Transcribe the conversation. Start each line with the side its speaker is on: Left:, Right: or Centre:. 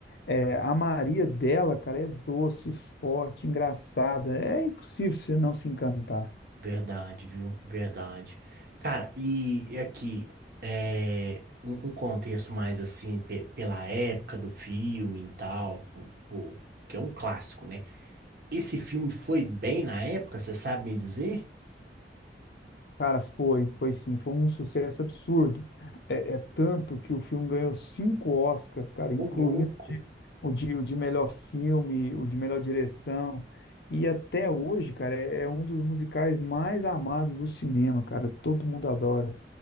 Left: É, a Maria dela, cara, é doce, forte, engraçada. É impossível você não se encantar.
Right: verdade, viu? Verdade. Cara, e, e aqui, é, um, um contexto mais assim, pe- pela época do filme e tal, pô, pô, que é um clássico, né? Esse filme foi bem na época, você sabe me dizer?
Left: Cara, foi, foi sim, foi um sucesso absurdo. É, é tanto que o filme ganhou cinco Oscars, cara,
Right: Ô,
Left: incluindo
Right: louco.
Left: o de, o de melhor filme, o de melhor direção. E até hoje, cara, é, é um dos musicais mais amados do cinema, cara. Todo mundo adora.